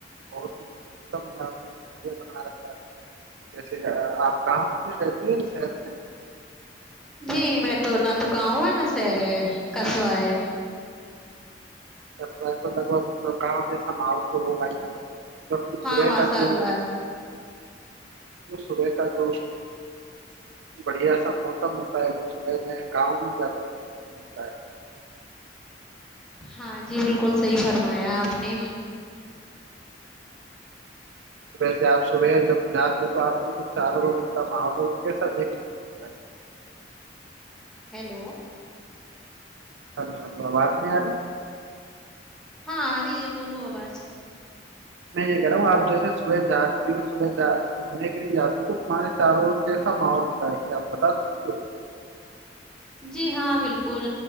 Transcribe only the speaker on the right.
بہت ہی اتم ہے آپ نے بڑھیا بنا رکھا ہے جیسے آپ گاؤں میں رہتی ہیں شہر میں
کس ہے تو لگ بگ ک مجا ماحول تو ہوگ ہے نا
سور
کاا جو
سور کاا جو بڑھیا سا موسم ہوتا ہے وہ صبح میں گاؤں میں زیادہ دیکھنے کو ملتا ہے
ہ ویسے آپ صبح جب جاتے ہو تو آپ کو جو چاروں رگ ان کا ماحول ہو کیسا دیکھنے کو ملتا ہے
ہلو ہو آواز نہیں آاری
میں یہ کہہ رہا ہوں آپ جیسے صبح جااتتی ہوں صبح گھومنے کے لیے جاتی ہوں تو تمہارے چاروں کیسا ماحول ہوتا ہے کہ آپ بتا سکتی ہو